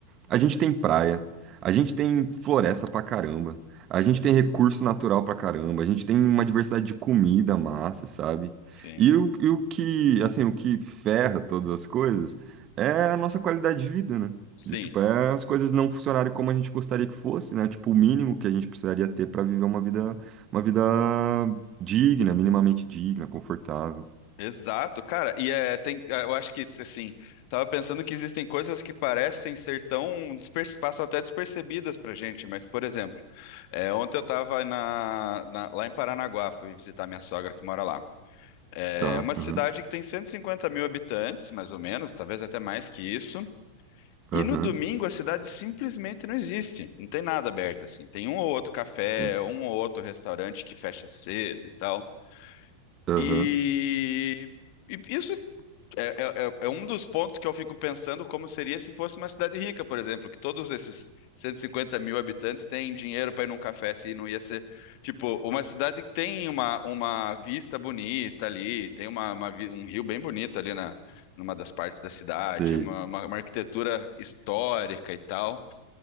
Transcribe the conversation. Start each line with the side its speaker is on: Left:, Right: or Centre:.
Right: A gente tem praia, a gente tem floresta pra caramba, a
Left: sim,
Right: gente tem recurso natural pra caramba, a gente tem uma diversidade de comida massa, sabe?
Left: sim,
Right: E o, e o que, assim, o que ferra todas as coisas é a nossa qualidade de vida, né?
Left: sim.
Right: Do Tipo, é as coisas não funcionarem como a gente gostaria que fosse, né? Tipo, o mínimo que a gente precisaria ter pra viver uma vida, uma vida digna, minimamente digna, confortável.
Left: Exato, cara. E é, tem, é, eu acho que, assim, tava pensando que existem coisas que parecem ser tão, desper- passam até despercebidas pra gente, mas, por exemplo, é, ontem eu tava na, na- lá em Paranaguá, fui visitar minha sogra que mora lá. É
Right: Tá,
Left: uma cidade
Right: aham,
Left: que tem 150 mil habitantes, mais ou menos, talvez até mais que isso. E
Right: aham,
Left: no domingo a cidade simplesmente não existe. Não tem nada aberto assim. Tem um ou outro café,
Right: sim,
Left: um ou outro restaurante que fecha cedo e tal.
Right: aham,
Left: E, e isso é, é- é é um dos pontos que eu fico pensando como seria se fosse uma cidade rica, por exemplo, que todos esses 150 mil habitantes têm dinheiro para ir num café, se não ia ser, tipo, uma cidade que tem uma, uma vista bonita ali, tem uma, uma vi- um rio bem bonito ali na, numa das partes da cidade,
Right: sei,
Left: uma, uma- uma arquitetura histórica e tal.